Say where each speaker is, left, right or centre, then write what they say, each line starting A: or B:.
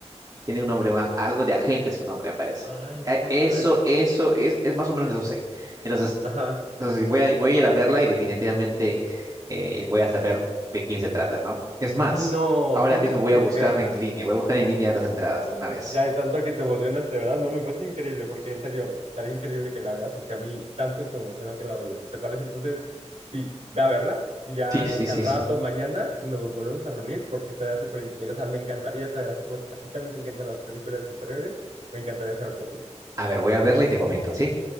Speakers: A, on the right; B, on the right.
A: tiene un nombre, un aj- algo de agente es su nombre, me parece.
B: Ay,
A: Eh,
B: no me acuerdo
A: Eso,
B: del... te-
A: eso, es, es más o menos eso sé. Entonces,
B: Ajá.
A: entonces voy a, voy a ir a verla y definitivamente eh, voy a saber de quién se trata, ¿no? Es más,
B: Sí, no,
A: ahora
B: tienes
A: mismo voy
B: que
A: a buscar
B: verla.
A: en línea, voy a buscar en línea las entradas de una vez.
B: Ya de tanto que te emocionaste, ¿verdad? No, me parece increíble, porque en serio, estaría increíble que la veas, porque a mí tanto que me emocionó que la veas. ¿Te parece? Entonces, sí, ve a verla y ya,
A: Sí, sí,
B: no sé,
A: sí,
B: al rato,
A: sí.
B: mañana nos volvemos a reunir porque estaría súper, in- o sea, me encantaría saber, así como a ti también te encantan las películas de superhéroes, me encantaría saber tu opinión.
A: A ver, voy a verla y te comento, ¿sí?